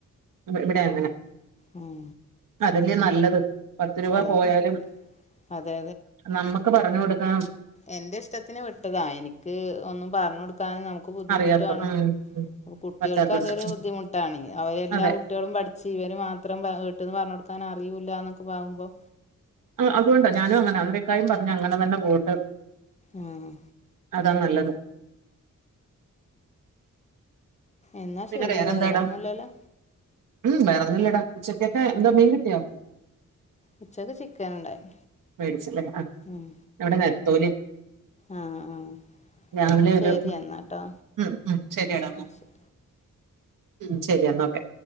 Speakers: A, on the right; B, on the left.
A: ഇവിടെ അങ്ങനെ
B: ഉം
A: അതന്നെ നല്ലത് പത്ത് രൂപ
B: അതന്നെ
A: പോയാലും
B: അതെ
A: നമ്മക്ക് പറഞ്ഞു കൊടുക്കാം
B: എന്റെ ഇഷ്ടത്തിന് വിട്ടതാ എനിക്ക് ഒന്നും പറഞ്ഞു കൊടുക്കനു ക്ക് ബുദ്ധിമുട്ടാണ്
A: അറിയാത്ത ഉം ഉം
B: അ കുട്ടികൾക്ക
A: പറ്റാത്തോണ്ട്
B: അതൊരു ബുദ്ധിമുട്ടാണ്ങ്ക അവരെല്ലാം
A: അതെ
B: കുട്ടികളും പഠിച്ച് ഇവര് മാത്രം വീട്ടിൽന്ന് പറഞ്ഞു കൊടുക്കാൻ അറിയവൂല്ലന്നൊക്കെ പാകുമ്പോൾ
A: ആഹ് അതുകൊണ്ടാ ഞാനും അങ്ങനെ അന്നേക്കാര് പറഞ്ഞഞ് അങ്ങനെ തന്നെ പോട്ട്
B: ആഹ്
A: അതാ നല്ലത്
B: എന്നാ
A: പിന്നെ
B: ശരി
A: വേറെന്താ
B: വേറെന്നുംല്ലല്ലോ
A: ഇടാ ഉം വേറെന്നുല്ലടാ ഉച്ചക്കക്ക്എന്താ
B: ശരി
A: മീൻ കിട്ടിയോ
B: ഉച്ചക്ക് ചിക്കൻ ഇണ്ടായി
A: മേടിച്ചല്ലേ ആ
B: ഉം
A: ഇവിടെ നെത്തോലി
B: ആഹ് ആഹ്
A: രാവിലെ
B: ശരി
A: ഒരു
B: എന്നാട്ടോ
A: ഉം ഉം ശരിയെടാ
B: ആഹ് ശ
A: ഉം ശരി എന്നാൽ ഓക്കെ